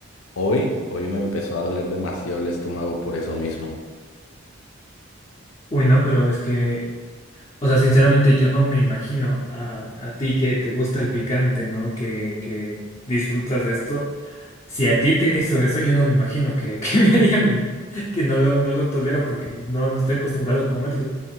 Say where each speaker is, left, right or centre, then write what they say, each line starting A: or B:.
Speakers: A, on the left; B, on the left.
A: hoy, hoy me empezó a doler demasiado el estómago por eso mismo.
B: Uy, no, pero es que... O sea, sinceramente yo no me imagino a, a ti que te gusta el picante, ¿no? Que, que disfrutas de esto. Si a ti te hizo eso, yo no me imagino que, <laughs> que me haría a mí, que no lo, no lo tolero porque no, no estoy acostumbrado a comerlo.